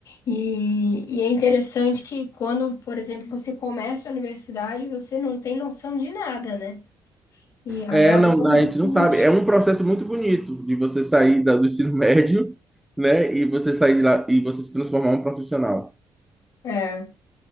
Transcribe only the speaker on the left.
E, e é interessante que quando, por exemplo, você começa a universidade, você não tem noção de nada, né? E aí,
ao
longo
do
curso,
é,